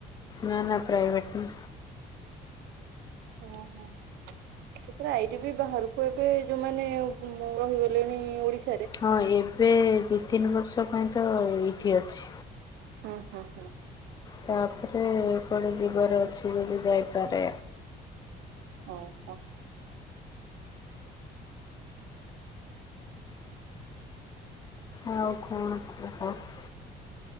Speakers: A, on the left (about 25°); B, on the right (about 80°).
A: ନା, ନା, ପ୍ରାଇଭେଟ୍ ନା
B: ଓଁ ହୋ। ସେଥିରେ ଆଇଟି ବି ବାହାରକୁ ଏବେ ଯୋଉଁମାନେ ରହିଗଲେଣି ଓଡିଶା
A: ହଁ, ଏବେ ଦି ତିନି ବର୍ଷ ପାଇଁ ତ ଏଇଠି ଅଛି।
B: ହଁ ହଁ ହଁ।
A: ତା'ପରେ କୁଆଡ଼େ ଯିବାର ଅଛି, ବୋଧେ ଯାଇପାରେ।
B: ଅଉ ହଁ।
A: ଆଉ କଣ କୁହ?